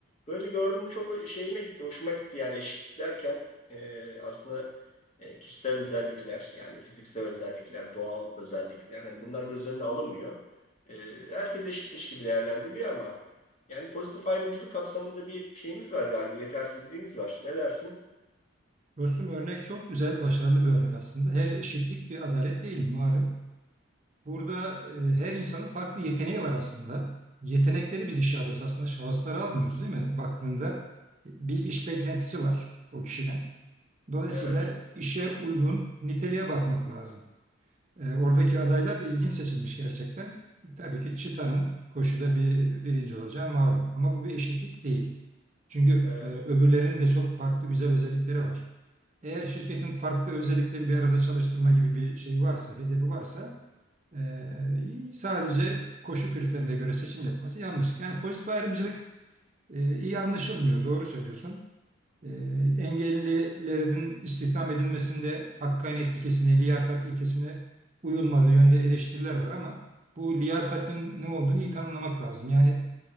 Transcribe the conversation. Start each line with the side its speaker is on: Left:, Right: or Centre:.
Left: Böyle gördüm bu çok şeyime gitti, hoşuma gitti yani eşitlik derken e, aslında e, kişisel özellikler yani fiziksel özellikler, doğal özellikler hani bunlar göz önüne alınmıyor. E, herkes eşitmiş gibi değerlendiriliyor ama yani pozitif ayrımcılık kapsamında bir şeyimiz var galiba, yetersizliğimiz var. Ne dersin?
Right: Dostum örnek çok güzel, başarılı bir örnek aslında. Her eşitlik bir adalet değil malum. Burada e, her insanın farklı yeteneği var aslında. Yetenekleri biz işe alıyoruz. Aslında şahısları almıyoruz değil mi? Baktığında bir iş beklentisi var o kişiden. Dolayısıyla
Left: Evet,
Right: işe uygun niteliğe bakmak lazım. E, oradaki adaylar da ilginç seçilmiş gerçekten. Tabii ki Çita'nın koşuda bir birinci olacağı malum. Ama bu bir eşitlik değil. Çünkü
Left: evet,
Right: e, öbürlerinin de çok farklı güzel özellikleri var. Eğer şirketin farklı özellikleri bir arada çalıştırma gibi bir şey varsa, hedefi varsa e, sadece koşu kriterine göre seçim yapması yanlış. Yani pozitif ayrımcılık e, iyi anlaşılmıyor. Doğru söylüyorsun. E, engellilerin istihdam edilmesinde hakkaniyet ilkesine, liyakat ilkesine uyulmadığı yönde eleştiriler var ama bu liyakatın ne olduğunu iyi tanımlamak lazım. Yani